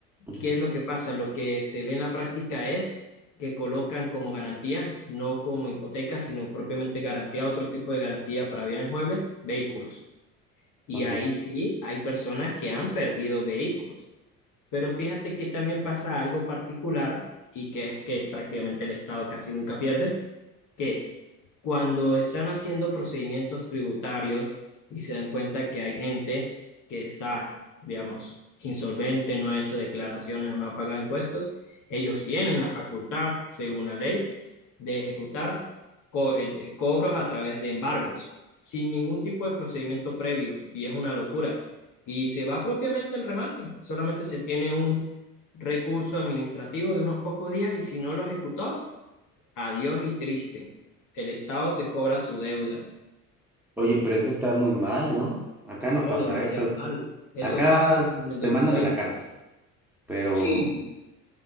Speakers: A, in the centre; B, on the left.
A: Ujú,
B: ¿Qué es lo que pasa? Lo que se ve en la práctica es que colocan como garantía, no como hipoteca, sino propiamente garantía, otro tipo de garantía para bienes muebles, vehículos. Y
A: Ok.
B: ahí sí hay personas que han perdido vehículos. Pero fíjate que también pasa algo particular y que es que prácticamente el Estado casi nunca pierde, que cuando están haciendo procedimientos tributarios y se dan cuenta que hay gente que está, digamos, insolvente, no ha hecho declaraciones o no ha pagado impuestos, ellos tienen la facultad, según la ley, de ejecutar co- eh, cobros a través de embargos, sin ningún tipo de procedimiento previo, y es una locura. Y se va propiamente el remate, solamente se tiene un recurso administrativo de unos pocos días y si no lo ejecutó, Adiós y triste. El Estado se cobra su deuda.
A: Oye, pero eso está muy mal, ¿no? Acá no
B: No,
A: pasa
B: demasiado
A: eso.
B: malo. Eso
A: Acá
B: pasa desde el
A: te
B: dos
A: mandan
B: mil veinte.
A: a la cárcel, pero
B: Sí,